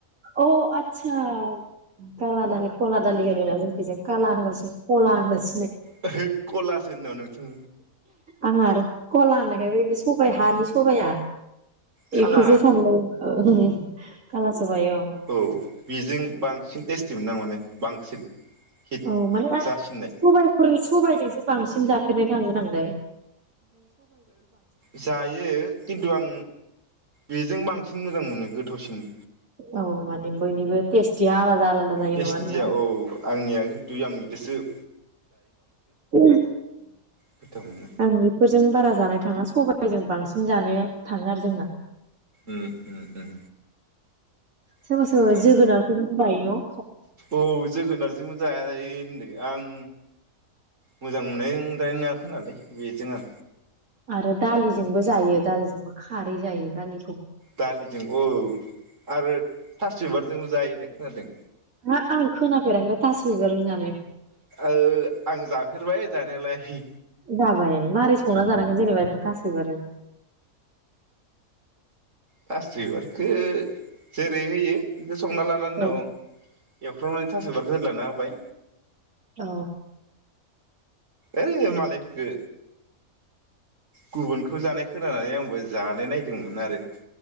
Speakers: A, on the right (about 75°); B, on the right (about 60°).
A: अ आतसा काला दालि कला दालि होनोना जोंनिथि जाय काला होनबास कला होनबास
B: ओहो कलासो होननाव नोंथां
A: आं आर कला होननायखाय बे सबाइ हानि सबाइया
B: खाला
A: एखौसो सानदों काला सबाय अ
B: औ बेजों बांसिन टेस्टि मोननो आं माने बांसिन हिट
A: औ माने आं
B: जासिननाय
A: सबायफोर सबायजोंसो बांसिन जा नाय थांगोन आं दाय
B: जायो खिन्थु आं बेजों बां सिन मोजां मोनो गोथावसिन।
A: औ माने बयनिबो टेस्टिया आलादा आलादा जायो
B: टेस्टिया
A: नङा होनबा
B: औ आंनिया खिन्थु आं इदोसो
A: उम
B: गोथाव मोनो।
A: आं। फोरजों बारा जानाय थाङा साबाइजों बांसिन जानाया थाङो आरो जोंना।
B: उम उम उम।
A: समा
B: ओमफ्राय
A: सम जोगोनखौबायो। हेलौ।
B: औ जोगोनारजोंबोजाय ओनदो आं। मोजां मोननाय दानाय नङाखो होनालाय। बेजोङो।
A: आरो दालिजोंबो जायो दालिजोंबो खारै जायो दालि।
B: दालिजों औ आरो थासबिबार जों जायो होननाय खोनादों।
A: हा आं खोनाफेराख थास बिबार जों
B: ओ आं जाफेरबाय। जानायालाय।
A: जाबाय मारै संना जानांगोन जेनेबा बेखौ थासैबिबारजों।
B: थास बिबारखो। जेरै होयो बेखौ संना लानानै
A: औ
B: उनाव एवफ्रावनानै थास बिबारखो होदलाना होबाय।
A: औ।
B: ओ मालायफोरखो गुबुनखौ जानाय खोनानानै आंबो जानाय नायदोंमोन आरो।